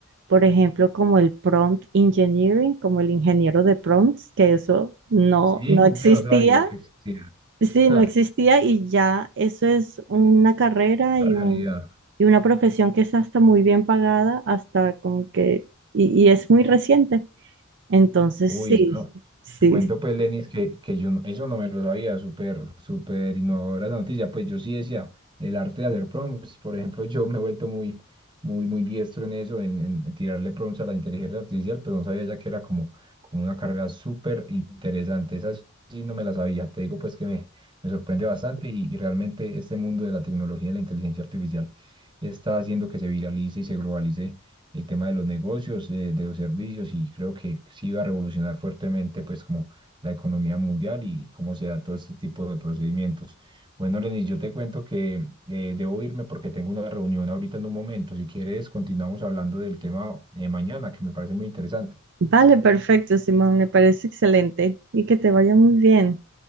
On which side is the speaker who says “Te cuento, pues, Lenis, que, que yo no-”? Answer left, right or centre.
Right